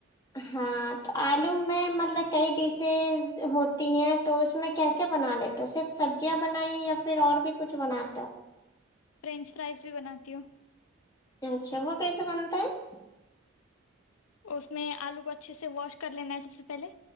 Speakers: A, on the left (about 20°); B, on the left (about 90°).
A: ہاں تو آلو میں مطلب کئی ڈشز ہوتی ہیں تو اس میں کیا کیا بنا لیتے ہو صرف سبزیاں بنائی یا پھر اور بھی کچھ بناتے ہو
B: فرینچ فرائز بھی بناتی ہوں
A: ہو اچھا وہ کیسے بنتا ہے
B: اس میں آلو کو اچھے سے واش کر لینا ہے سب سے پہلے